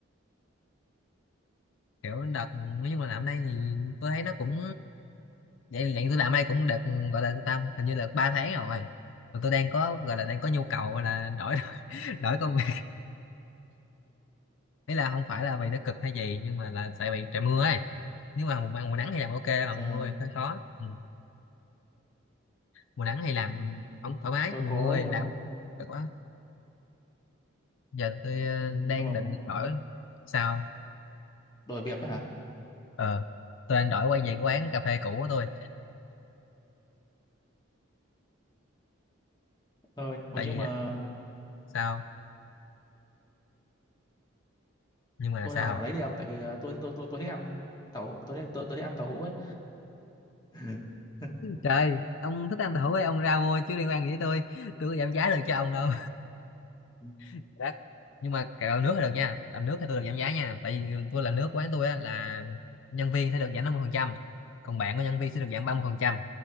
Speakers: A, on the left; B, on the left.
A: <laughs> hiểu đợt nói chung là làm đây thì tôi thấy nó cũng vậy vậy tôi làm đây cũng được gọi là tâm hình như là ba tháng rồi mà tôi đang có gọi là đang có nhu cầu gọi là đổi <laughs> đổi công việc ý là không phải là vì nó cực hay gì nhưng mà là tại vì trời mưa ấy nếu mà mùa, mùa nắng thì làm ok mà
B: ờ
A: mùa mưa thì hơi khó ừ. mùa nắng thì làm
B: ừm,
A: không thoải mái
B: tôi
A: còn
B: cố
A: mùa mưa
B: đấy
A: thì
B: không
A: làm cực quá giờ tôi ờ,
B: Ừ, nhưng
A: đang định
B: mà
A: đổi sao
B: đổi việc á hả
A: ờ tôi anh đổi quay về quán cà phê cũ của tôi
B: ờ mà
A: tại
B: nhưng
A: vì
B: mà
A: sao nhưng mà
B: tôi
A: sao
B: làm ở đấy đi không tại vì ờ, tôi tôi tôi tôi thích ăn tàu hũ- tôi thích tôi, tôi thích ăn tàu hũ ấy <laughs>
A: Trời, ông thích ăn tàu hũ ấy, ông ra mua chứ liên quan gì tới tôi. Tôi có giảm giá được cho ông đâu.
B: ừ.
A: <laughs> Đắt. nhưng mà cái làm nước thì được nha làm nước thì tôi được giảm giá nha tại vì tôi làm nước quán tôi á là nhân viên sẽ được giảm năm mươi phần trăm còn bạn của nhân viên sẽ được giảm ba mươi phần trăm